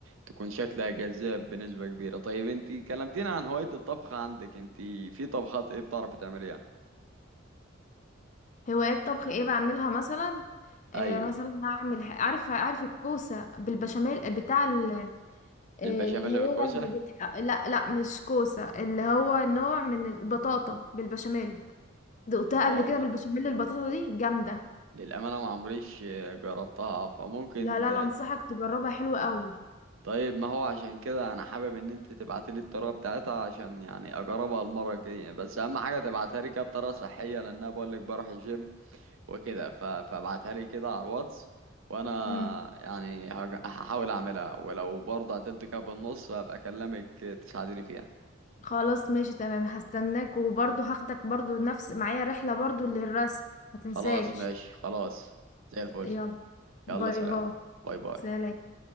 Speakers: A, on the right (about 85°); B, on the left (about 40°).
A: تكون شكلها جذاب بنسبة كبيرة طيب انتي كلمتينا عن هواية الطبخ عندك انتي في طبخات ايه بتعرفي تعمليها
B: هوايات طبخ ايه بعملها مثلا
A: ايوه
B: آه، مثلا اعمل عارف عارف الكوسه بالبشاميل آه، بتاع ال- آه،
A: البشاميل
B: اللي
A: بالكوسة
B: هو اللي بتح... لا لا مش كوسه اللي هو نوع من البطاطا بالبشاميل دقتها
A: بطاطا
B: قبل كده بالبشاميل البطاطا دي جامده
A: للأمانة ما عمريش جربتها فممكن
B: لا لا لا انصحك تجربها حلوه قوي
A: طيب ما هو عشان كده انا حابب ان انت تبعتي لي الطريقه بتاعتها عشان يعني اجربها المره الجايه بس اهم حاجه تبعتها لي كده بطريقه صحيه لان انا بقول لك بروح الجيم وكده ف- فابعتها لي كده على الواتس وانا
B: امم
A: يعني هج- هحاول اعملها ولو برضه هتدي كده في النص هبقى اكلمك تساعديني فيها
B: خلاص ماشي تمام هستناك وبرضو هاخدك برضو نفس معايا رحلة برضو للرسم ما تنساش
A: خلاص ماشي خلاص زي الفل
B: يلا باي
A: يلا سلام
B: باي
A: باي باي
B: سلام